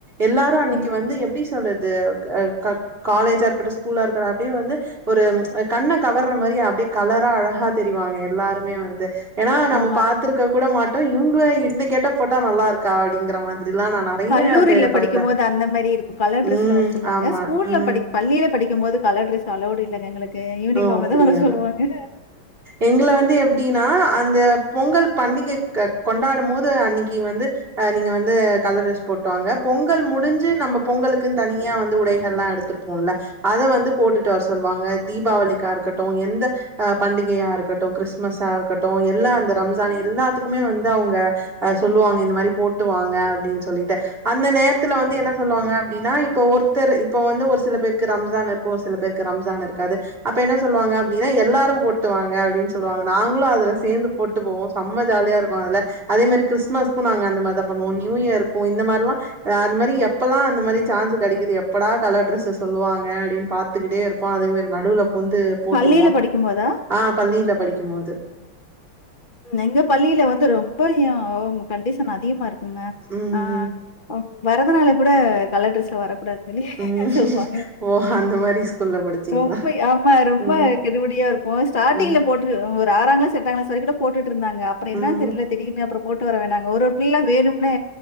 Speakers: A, on the right (about 25°); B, on the left (about 85°).
A: எல்லாரு அன்னைக்கு
B: ம்.
A: வந்து எப்படி சொல்லற என்ன சொல்றது ஆ காலேஜா இருக்கட்டு ஸ்கூலா இருக்கட்டு அப்டியே வந்து ஒரு கண்ண கவர்ற மாரி அப்டியே கலரா அழகா தெறிவாங்க எல்லாருமே வந்து ஏன்னா நம்ம
B: ஆமா.
A: பாத்துருக்க கூட மாட்டோ இவங்க இந்த கெட்ட போட்டா நல்லா இருக்கா அப்டிங்கற மாரிலா நா நெறைய
B: கல்லூரியில
A: பேர
B: படிக்கு
A: பாத்தே
B: போது அந்த மாரி இருக்கு கலர் ட்ரெஸ்ல
A: ம்
B: வர சொல்லுவாங்க
A: ஆமா
B: ஸ்கூல்ல
A: ம்
B: படி பள்ளியில படிக்கு போது கலர் டிரஸ் அலோடு இல்லங்க எங்களுக்கு யூனிஃபார்ம்ல
A: ஆ அப்டியா
B: தான் வர சொல்லுவாங்க.
A: எங்கள வந்து எப் எப்டின்னா அந்த பொங்கல் பண்டிகை கொ கொண்டாடு போது அன்னைக்கு வந்து நீங்க வந்து கலர் டிரஸ் போட்டுவாங்க பொங்கல் முடிஞ்சு நம்ம பொங்கலுக்குனு தனியா வந்து உடைகள் எல்லா எடுத்து த்துருப்போல்ல அத வந்து போட்டுட்டு வர சொல்லுவாங்க தீபாவளிக்கா இருக்கட்டு எந்த அ பண்டிகையா இருக்கட்டு கிறிஸ்துமஸா இருக்கட்டு எல்லா அந்த ரம்ஜான் எல்லாத்துக்குமே வந்து அவங்க அ சொல்லுவாங்க இந்த மாரி போட்டுவாங்க அப்டின்னு சொல்லிட்டு அந்த நேரத்துல வந்து என்ன சொல்லுவாங்க அப்டின்னா இப்ப ஒருத்தர் இப்ப வந்து ஒரு சில பேருக்கு ரம்ஜான் இருக்கு ஒரு சில பேருக்கு ரம்ஜான் இருக் காது அப்ப என்ன சொல்லுவாங்கன அப்டின எல்லாரு போட்டுவாங்க அப்டின்னு சொல்லுவாங்க நாங்களு அதுல சேர்ந்து போட்டு போவோ செம்ம ஜாலியா இருக்கு அதுல அதே மாரி கிறிஸ்மஸுக்கு நா அந்த மாரிதா பன்னுவோ நியூ இயர் இருக்கு இந்த மாரில்லா அந்த மாரி எப்பல்லா அந்த மாரி சான்ஸ் கெடைக்குது எப்படா கலர் டிரஸ் சொல்லுவாங்க அப்டின்னு பாத்துக்கிட்டே இருப்போ அதே மாரி நடுவுல போந்து போட்டுருவோ
B: பள்ளியில படிக்கும்போதா?
A: ஆ பள்ளியில படிக்கு போது
B: எங்க பள்ளியில வந்து ரொம்பயு கண்டிஷன் அதிகமா இருக்குங்க
A: ம்
B: ஆ பிறந்தனலுக்கு கூட கலர் டிரெஸ்ல வரக் கூடாது சொல்லி
A: ம்
B: சொல்லுவாங்க
A: ஓ அந்த மாரி ஸ்கூல்ல படிச்சீங்களா
B: ரொம்ப ஆமா ரொம்ப
A: ம்
B: கெடுபுடியா இருக் ஓ ஸ்டார்டிங்
A: ம்
B: போட்டு ஒரு ஆறா கிளாஸ் எட்டா கிளாஸ் வர கூட போட்டுட்டு இருந்தாங்க அப்பற
A: ம்
B: என்ன தெரியில திடீர்யின்னு அப்பற போட்டு வர வேண்டாங்க ஒரு ஒரு பிள்ளைலா வேணும்னே